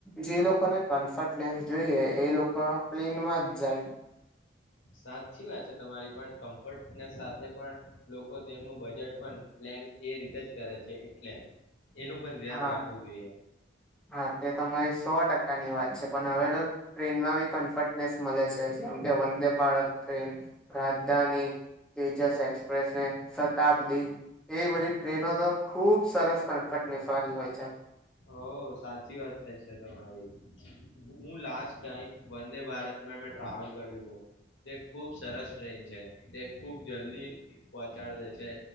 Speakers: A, in the centre; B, on the left.
A: જે લોકોને કમ્ફર્ટનેસ જોઈએ એ લોકો પ્લેનમાં જ જાય..
B: સાચી વાત છે. તમારી પણ કમ્ફર્ટનેસ સાથે પણ લોકો તેમનું બજેટ પણ પ્લેન એ રીતે જ કરે છે એટલે.. એનું પણ ધ્યાન
A: હા
B: રાખવું જોઈએ..
A: હા તે તમારી સો ટકાની વાત છે. પણ હવે તો ટ્રેનમાં બી કમ્ફટનેસ મલે છે. જેમ કે વંદે ભારત ટ્રેન રાજધાની તેજસ એક્સપ્રેસને શતાબ્દી એ બધી ટ્રેનો તો ખુબ સરસ કમ્ફર્ટનેસ વાળી હોય છે..
B: હો સાચી વાત થાય છે. તમારી હું લાસ્ટ ટાઈમ વંદે ભારતમાં મેં ટ્રાવેલ કર્યું હતું તે ખુબ સરસ ટ્રેન છે. તે ખુબ જલ્દી પહોંચાડ દે છે.